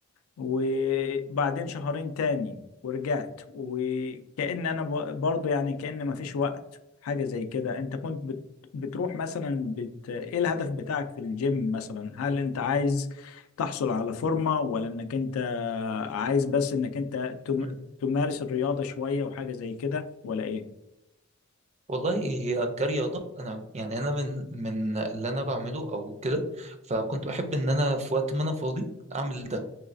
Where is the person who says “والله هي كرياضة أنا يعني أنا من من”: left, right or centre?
Right